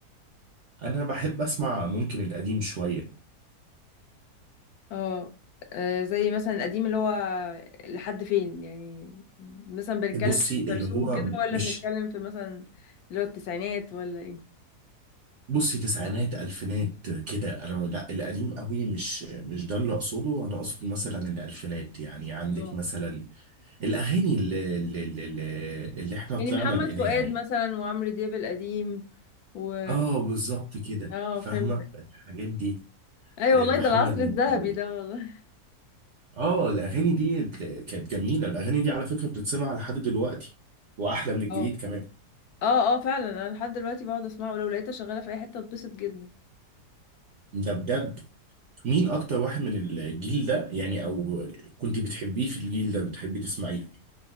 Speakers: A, on the right; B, on the left.
A: انا بحب اسمع ممكن القديم شوية
B: اه آه، زي مثلا القديم اللي هو لحد فين يعني مثلا بنتكلم
A: بصي
B: في ام كلثوم
A: اللي هو
B: وكده ولا
A: مش
B: بنتكلم في مثلا اللي هو التسعينات ولا ايه
A: بصي تسعينات الفينات كده انا لا القديم قوي مش مش ده اللي اقصده انا اقصد مثلا الالفينات يعني عندك
B: اه
A: مثلا الاغاني اللي اللي, اللي, اللي احنا
B: يعني
A: طلعنا
B: محمد
A: لقيناها
B: فؤاد
A: يعني
B: مثلا وعمرو دياب القديم و
A: اه بالظبط كده
B: اه
A: فاهمه
B: فهمتك
A: الحاجات دي
B: ايوه
A: آه،
B: والله
A: محمد
B: ده العصر
A: منير
B: الذهبي ده والله
A: اه الاغاني دي تل- كانت جميله الاغاني دي على فكره بتتسمع لحد دلوقتي واحلى من الجديد
B: اه
A: كمان
B: اه اه فعلا انا لحد دلوقتي بقعد اسمعه ولو لقيتها شغاله في اي حته اتبسط جدا
A: ده بجد مين اكتر واحد من الجيل ده يعني او كنت بتحبيه في الجيل ده بتحبي تسمعيه